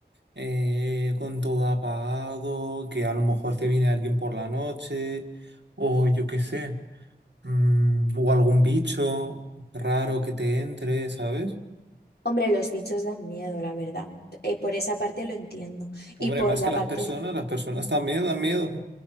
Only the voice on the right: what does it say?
eh, con todo apagado, que a lo mejor te viene alguien por la noche, o yo qué sé, mm, o algún bicho raro que te entre, ¿sabes?
Hombre,
más
que las
personas, las personas también dan miedo.